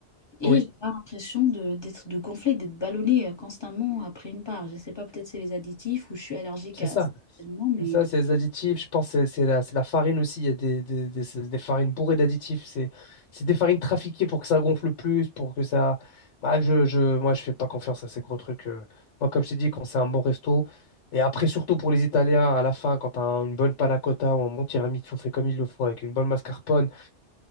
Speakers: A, on the left; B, on the left.
A: et
B: Oui,
A: j'ai pas l'impression de, d'être, de gonfler, d'être ballonné constamment après une part. Je sais pas, peut-être c'est les additifs ou je suis allergique
B: c'est
A: à
B: ça.
A: certains aliments, mais.
B: C'est ça, c'est les additifs. Je pense que c'est c'est la, c'est la farine aussi. Il y a des, des, des- c'est des farines bourrées d'additifs. C'est c'est des farines trafiquées pour que ça gonfle plus, pour que ça. Bah, je, je, moi, je fais pas confiance à ces gros trucs. euh. Moi, comme je t'ai dit, quand c'est un bon resto, et après, surtout pour les Italiens, à la fin, quand tu as une bonne panna cotta ou un bon tiramisu fait comme il le faut, avec une bonne mascarpone,